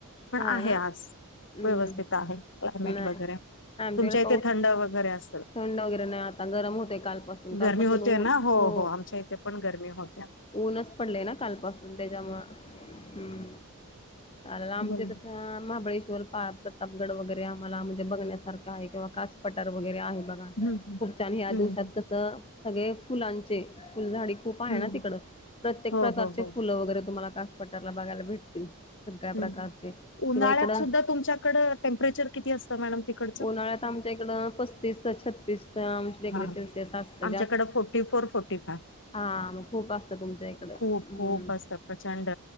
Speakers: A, on the left; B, on the left.
A: पण
B: हा
A: आहे
B: ना
A: आज
B: हम्म
A: व्यवस्थित
B: हम्म
A: आहे क्लायमेट
B: नाही
A: वगैरे
B: आमच्याकडे
A: तुमच्या इथे
B: पाऊस
A: थंड वगैरे अस
B: थंड वगैरे नाही आता, गरम होतंय कालपासून.
A: गरमी
B: कालपासून
A: होते
B: ऊर
A: ना
B: हो
A: आमच्या इथे पण गरमी होत्या
B: ऊनच पडलेय ना कालपासून त्याच्यामुळ हम्म. आला आमच्या
A: बोला
B: तिथं महाबळेश्वर प्रतापगड वगैरे आम्हाला म्हणजे बघण्यासारखं आहे किंवा कास पटार वगैरे आहे. बघा
A: हम्म हम्म
B: खूप छान ह्या
A: हम्म
B: दिवसात
A: हम्म
B: कस सगळे फुलांचे फुलझाडी. खूप आहे ना
A: हम्म
B: तिकडं, प्रत्येक
A: हो
B: प्रकारचे
A: हो हो
B: फुलं वगैरे तुम्हाला कास पटारला बघायला भेटतील. सगळ्या प्रकारचे
A: अं उन्हाळ्यात
B: शिवाय इकडं
A: सुद्धा तुमच्याकडं टेम्परेचर किती असतं मॅडम तिकडचं?
B: उन्हाळ्यात आमच्या इकडं पस्तीस छ <unintelligible> डीग्री
A: हा हा
B: सेल्सिअस असतं
A: आमच्याकडे
B: जास्
A: फोर्टी फोर फोर्टी फाय
B: हा मग खूप असतं तुमच्या इकडं,
A: खूप
B: हम्म.
A: खूप असतं प्रचंड